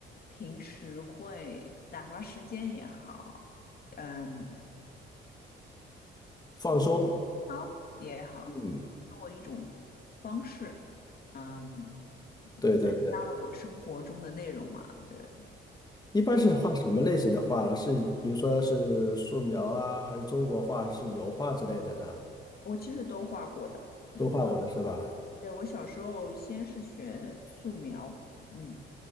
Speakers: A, on the left; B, on the left.
A: 平时会打发时间也好，嗯，
B: 放松。
A: 好也好，
B: 嗯，
A: 跟我一种方式，嗯，
B: 对对对，
A: 增加了我生活中的内容嘛，对。
B: 一般是画什么类型的画呢是比如说是素描啊，还是中国画，还是油画之类的呢？
A: 我其实都画过的，嗯，
B: 都画过的是吧？
A: 对，我小时候先是学素描，嗯，